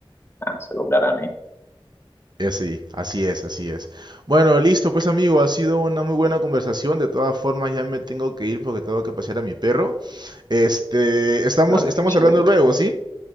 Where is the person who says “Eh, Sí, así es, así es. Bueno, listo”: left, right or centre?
Right